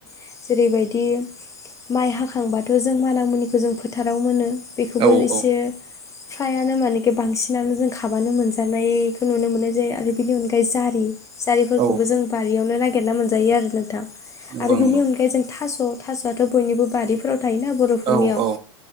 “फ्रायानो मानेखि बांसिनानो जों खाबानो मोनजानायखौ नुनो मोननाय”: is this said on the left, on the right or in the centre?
Left